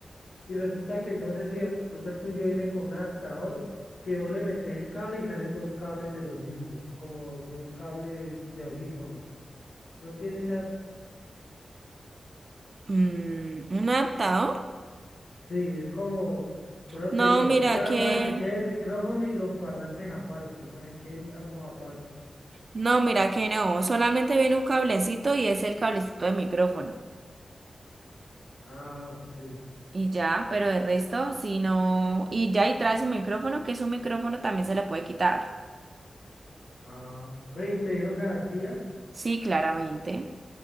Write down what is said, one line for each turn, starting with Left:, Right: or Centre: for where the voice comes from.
Left: Y resulta que no sé si de pronto el tuyo viene con un adaptador que vos le metes el cable y salen dos cables de los mismos, como dos cables de audífono. No tiene ese... ad-
Right: Mm, ¿un adaptador?
Left: Sí, es como, por eso
Right: No,
Left: te digo,
Right: mira
Left: es para,
Right: que...
Left: para que quede el micrófono y los parlantes aparte, para que queden ambos aparte.
Right: No, mira que no. Solamente viene un cablecito y es el cablecito de micrófono.
Left: Ah, ok.
Right: Y ya, pero el resto, si no... Y ya, y trae su micrófono, que su micrófono también se le puede quitar.
Left: Ah, ve, ¿y te dieron garantía?
Right: Sí, claramente.